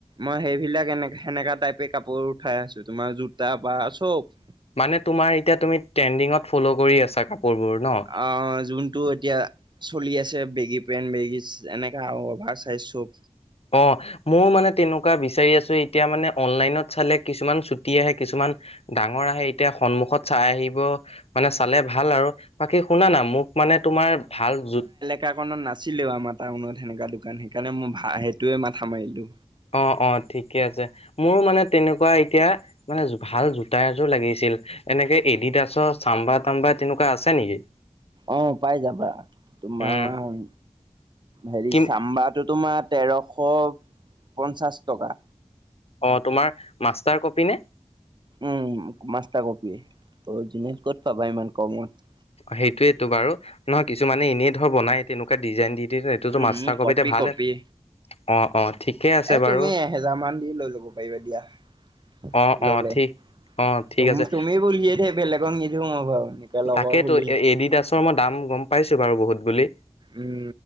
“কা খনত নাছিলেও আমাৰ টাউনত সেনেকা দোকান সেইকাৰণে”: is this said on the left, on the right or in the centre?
Right